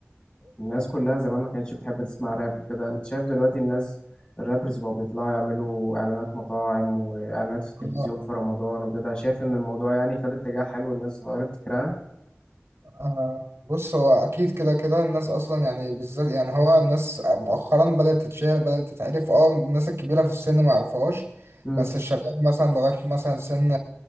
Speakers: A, on the left; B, on the right.
A: الناس كلها زمان ما كانتش بتحب تسمع راب وكده انت شايف دلوقتي الناس الرابرز بقوا بيطلعوا يعملوا اعلانات مطاعم واعلانات في التلفزيون
B: اه
A: في رمضان وكده شايف ان الموضوع يعني خد اتجاه حلو الناس غيرت فكرها
B: آه، بص هو اكيد كده كده الناس اصلا يعني بالذات يعني هو الناس مؤخرا بدات تتشهر بدات تتعرف اه الناس الكبيره في السن ما يعرفوهاش
A: امم
B: بس الشباب مثلا لغايه مثلا سن